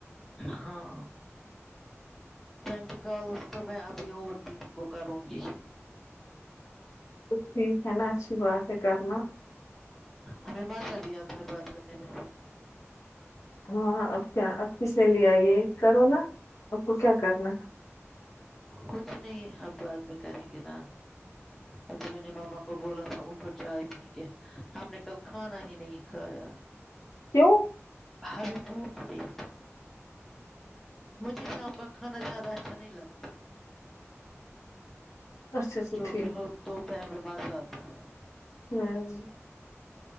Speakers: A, in the centre; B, on the left.
A: ہاں بینٹ کال تو میں ابھی اور دیدی کو کروں گی
B: تو ٹھیک ہے نا اچھی بات ہے کرنا
A: ہمیں مذا بھی آتا ہے بات کرنے میں
B: ہاں اب کیا اب کسے لے آئیے کرو نا آپ کو کیا کرنا
A: کچھ نہیں اب بعد میں کریں گے نا ابھی میں نے ماما کو بولا تھا اٹھو چائے پئیں گے ہم نے کل کھانا ہی نہیں کھایا
B: کیوں
A: ہمیں بھوک نہیں تھی مجھے شام کا کھانا زیادہ اچھا نہیں لگ
B: اچھا اچھا
A: جو
B: ٹھیک
A: بھی ہو دوپہر میں مزہ آتا ہے
B: ہوں